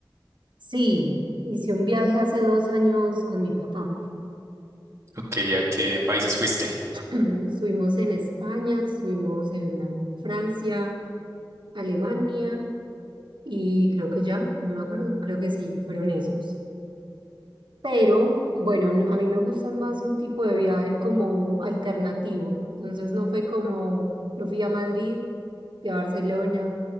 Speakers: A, on the right; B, on the right.
A: Sí, hice un viaje hace dos años con mi papá.
B: Ok, ¿a qué países fuiste?
A: <clears throat> Estuvimos en España, estuvimos en, en Francia, Alemania y creo que ya, no me acuerdo, creo que sí, fueron esos. Pero bueno, n- a mí me gustan más un tipo de viaje como alternativo. Entonces no fue como, no fui a Madrid, fui a Barcelona,